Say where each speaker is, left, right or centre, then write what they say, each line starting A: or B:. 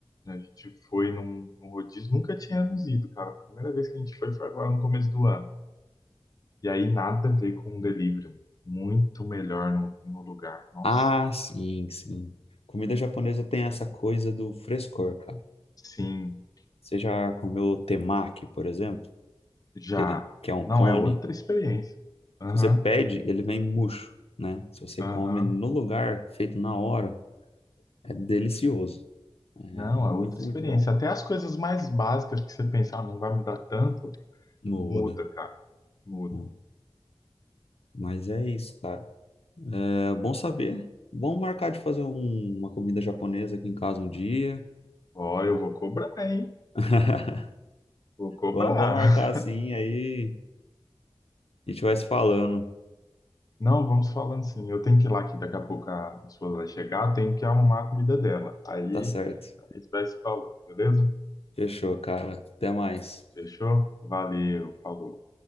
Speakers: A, on the left (about 40°); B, on the left (about 80°).
A: a gente foi num, num rodízio, nunca tínhamos ido, cara. A primeira vez que a gente foi foi agora no começo do ano. E aí nada a ver com o delivery. Muito melhor no, no lugar. Nossa.
B: Ah, sim, sim. Comida japonesa tem essa coisa do frescor, cara.
A: Sim,
B: Você já comeu temaki, por exemplo?
A: Já.
B: Ele que é um
A: Não,
B: cone.
A: é outra experiência. Aham,
B: Se você pede, ele vem murcho, né? Se você
A: aham.
B: come no lugar, feito na hora, é delicioso. É
A: Não,
B: muito,
A: é outra experiência.
B: muito bom.
A: Até as coisas mais básicas que você pensa, ah, não vai mudar tanto,
B: Muda.
A: muda, cara. Muda.
B: muda. Mas é isso, cara. É bom saber. Bom marcar de fazer um- uma comida japonesa aqui em casa um dia.
A: Ó, eu vou cobrar, hein?
B: <laughs>
A: Vou cobrar.
B: Vamos, vamos marcar assim,
A: <laughs>
B: aí a gente vai se falando.
A: Não, vamos falando assim. Eu tenho que ir lá que daqui a pouco a minha esposa vai chegar, eu tenho que arrumar a comida dela. Aí
B: Tá certo.
A: a gente vai se falando, beleza?
B: Fechou, cara. Até mais.
A: Fechou? Valeu, falou.